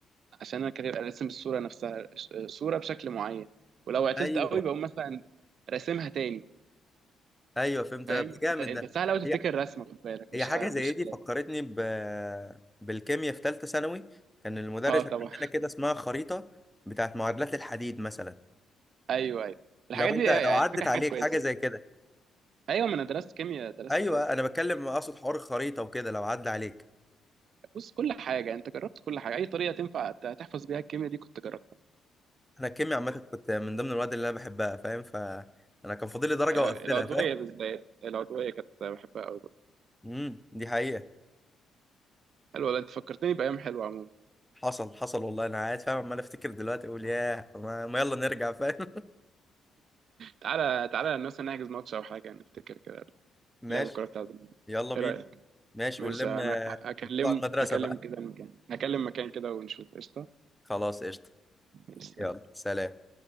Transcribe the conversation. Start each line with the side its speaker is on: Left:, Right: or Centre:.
Right: عشان أنا كده راسم الصورة نفسها ش- صورة بشكل معين ولو عطلت
Centre: ايوه
Right: قوي بقوم مثلا راسمها تاني
Centre: ايوه فهمت
Right: فاهم
Centre: ده جامد
Right: انت انت
Centre: ده
Right: سهل قوي تفتكر
Centre: هي
Right: رسمه خد بالك
Centre: هي
Right: مش
Centre: حاجة
Right: آه،
Centre: زي
Right: مش
Centre: دي
Right: كلام
Centre: فكرتني ب... بالكيمياء في ثالثة ثانوي كان المدرس
Right: اه
Centre: عامل
Right: طبعا
Centre: لنا كده اسمها خريطة بتاعت معادلات الحديد مثلا
Right: ايوه ايوه الحاجات
Centre: لو
Right: دي
Centre: انت
Right: يعني
Centre: لو عدت
Right: الفكره حاجات
Centre: عليك
Right: كويسه
Centre: حاجة زي كده
Right: ايوه ما انا درست كيمياء درست
Centre: ايوه انا بتكلم اقصد حوار الخريطة وكده لو عدى عليك
Right: بص كل حاجه انت جربت كل حاجه اي طريقه تنفع ت- تحفظ بيها الكيمياء دي كنت جربتها
Centre: انا الكيمياء عامة كنت من ضمن المواد اللي انا بحبها فاهم ف انا كان فاضل لي درجة
Right: أيوة.
Centre: واقفلها
Right: العضويه
Centre: فاهم
Right: بالذات العضويه كانت بحبها قوي
Centre: امم دي حقيقة
Right: حلوه والله انت فكرتني بايام حلوه عموما
Centre: حصل حصل والله انا قاعد فاهم عمال افتكر دلوقتي اقول ياه ما... ما يلا نرجع فاهم
Right: تعالى تعالى مثلا نحجز ماتش او حاجه نفتكر كده
Centre: <laughs> ماشي
Right: لعب الكوره بتاع زمان
Centre: يلا بينا
Right: ايه رايك
Centre: ماشي
Right: ماشي
Centre: ونلم
Right: انا
Centre: آه،
Right: هكلم
Centre: بتاع المدرسة
Right: هكلم
Centre: بقى
Right: كده مكان هكلم مكان كده ونشوف قشطه
Centre: خلاص قشطة
Right: ماشي، سلام.
Centre: يلا سلام